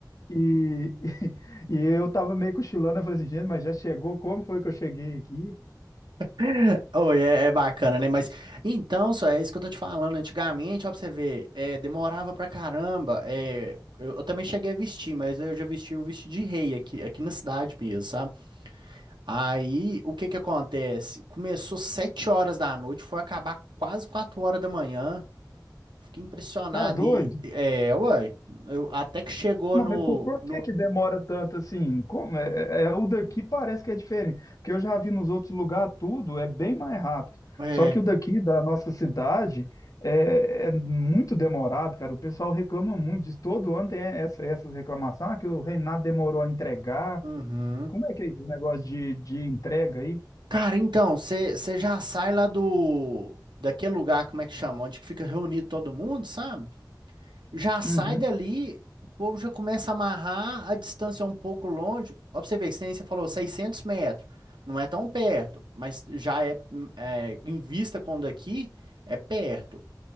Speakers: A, on the left; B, on the right.
A: E, <laughs> e, eu tava meio cochilando, eu falei assim, gente, mas já chegou? Como foi que eu cheguei aqui?
B: <laughs> Oi, é, é bacana, né? Mas então, só é isso que eu tô te falando. Antigamente, ó, pra você ver, é, demorava pra caramba. É, eu, eu também cheguei a vestir, mas eu já vesti o vestido de rei aqui, aqui na cidade mesmo, sabe? Aí, o que que acontece? Começou sete horas da noite, foi acabar quase quatro horas da manhã. Eu Fiquei impressionado.
A: Tá doido?
B: E, é, uai, eu, até que chegou
A: Não,
B: no,
A: mas por, por
B: no,
A: que que demora tanto assim? Como é, é- é- o daqui parece que é diferente, porque eu já vi nos outros lugares tudo é bem mais rápido.
B: é,
A: Só que o daqui da nossa cidade é, é muito demorado, cara. O pessoal reclama muito disso. Todo ano tem essa, essas reclamações, ah, que o Reinado demorou a entregar.
B: uhum.
A: Como é que é esse negócio de, de entrega aí?
B: Cara, então, você já sai lá do, daquele lugar, como é que chama? Onde que fica reunido todo mundo, sabe? Já sai
A: Uhum.
B: dali, o povo já começa a amarrar a distância é um pouco longe. Ó, pra você ver, que nem você falou 600 metros. Não é tão perto, mas já é, hum, é, em vista quando aqui, é perto.